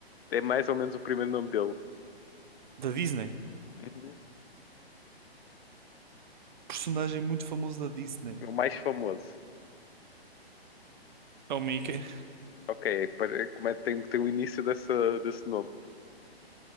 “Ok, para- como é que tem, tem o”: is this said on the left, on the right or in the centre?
Left